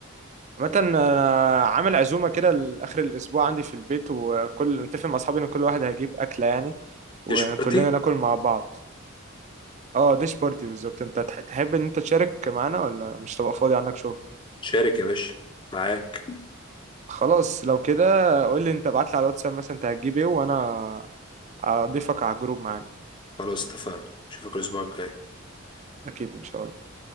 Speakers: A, on the right; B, on the left.
A: عامة انا عامل عزومة كده لاخر الاسبوع عندي في البيت وكل متفق مع اصحابي ان كل واحد هيجيب اكلة يعني وكلنا
B: ديش بارتي
A: ناكل مع بعض اه ديش بارتي بالظبط انت تح- تحب ان انت تشارك معانا ولا مش تبقى فاضي عندك شغل
B: شارك يا باشا معاك
A: خلاص لو كده قول لي انت ابعت لي على الواتساب مثلا انت هتجيب ايه وانا اضيفك على الجروب معانا
B: خلاص اتفقنا اشوفك الاسبوع الجاي
A: اكيد ان شاء الله